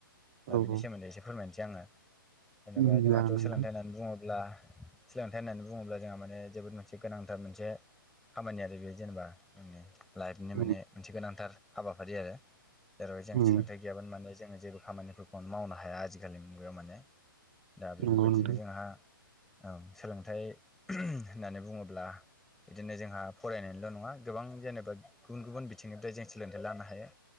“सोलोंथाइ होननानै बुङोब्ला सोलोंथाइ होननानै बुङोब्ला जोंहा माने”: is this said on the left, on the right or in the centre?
Centre